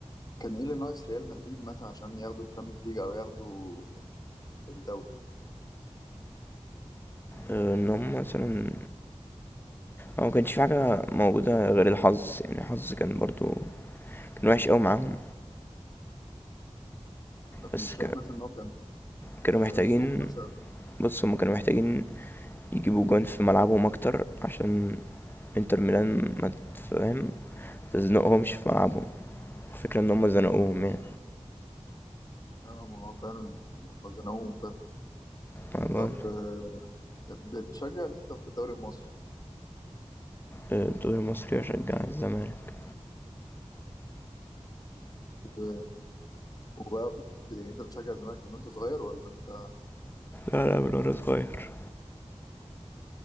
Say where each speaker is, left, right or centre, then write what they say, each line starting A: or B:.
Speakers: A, on the left; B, on the left.
A: كان ايه اللي ناقص ريال مدريد مثلا عشان ياخدوا الشامبيونز ليج او ياخدوا الدوري
B: آه، ان هم مثلا هو ما كانش في حاجة موجودة غير الحظ يعني الحظ كان برضو كان وحش قوي معاهم
A: طب
B: بس
A: مش
B: ك...
A: شايف مثلا ان هو كان
B: كانوا
A: آه
B: محتاجين
A: سوق مثلا
B: بص هم كانوا محتاجين يجيبوا جون في ملعبهم اكتر عشان انتر ميلان ما تفهم تزنقهمش في ملعبهم الفكرة ان هما زنقوهم يعني
A: اه ما هو فعلا هم زنقوهم فعلا
B: ما بقول
A: طب آه بتشجع مين طب في الدوري المصري
B: الدوري المصري اشجع الزمالك
A: و... وبقى بت... يعني انت بتشجع الزمالك من وانت صغير ولا انت
B: لا لا من وانا صغير